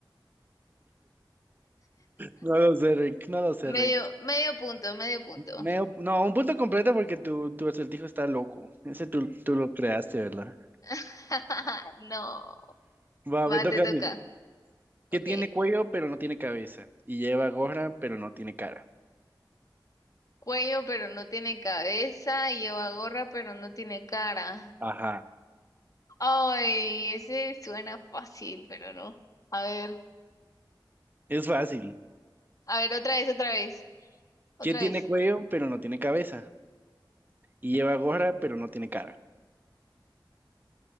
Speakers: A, on the right; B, on the left.
A: No lo sé, Rick. No lo sé,
B: Medio,
A: Rick.
B: medio punto, medio punto.
A: Medio- no, un punto completo porque tu, tu acertijo está loco. Ese tú, tú lo creaste, ¿verdad?
B: <laughs> No,
A: Va,
B: va,
A: me toca
B: te toca.
A: a mí.
B: Ok.
A: Que tiene cuello pero no tiene cabeza. Y lleva gorra pero no tiene cara.
B: Cuello, pero no tiene cabeza. Lleva gorra, pero no tiene cara.
A: Ajá.
B: Ay, ese suena fácil, pero no. A ver,
A: Es fácil.
B: a ver, otra vez, otra vez, otra
A: Que tiene
B: vez.
A: cuello pero no tiene cabeza. Y lleva gorra pero no tiene cara.